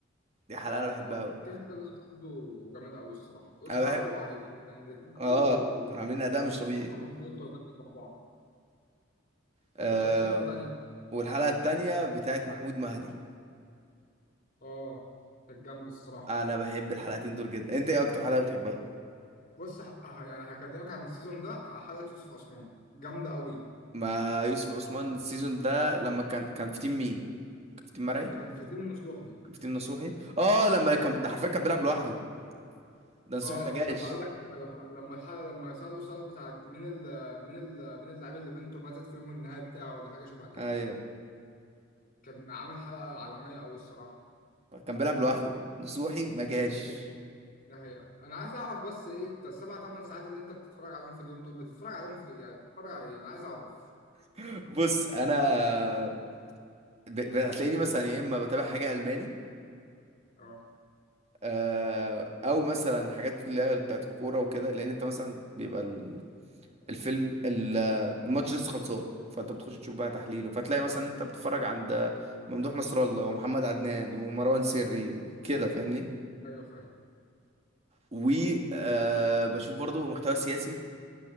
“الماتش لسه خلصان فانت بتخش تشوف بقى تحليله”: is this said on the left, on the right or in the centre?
Right